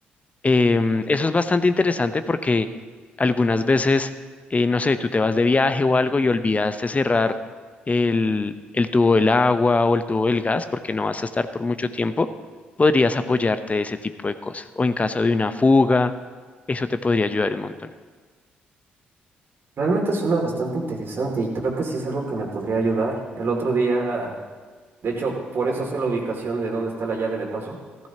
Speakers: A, on the left (about 30°); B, on the right (about 50°).
A: Em, eso es bastante interesante porque algunas veces, eh, no sé, tú te vas de viaje o algo y olvidaste cerrar el, el tubo del agua o el tubo del gas porque no vas a estar por mucho tiempo, podrías apoyarte de ese tipo de cosas. O en caso de una fuga, eso te podría ayudar un montón.
B: Realmente suena bastante interesante y creo que sí es algo que me podría ayudar. El otro día, de hecho, por eso sé la ubicación de dónde está la llave de paso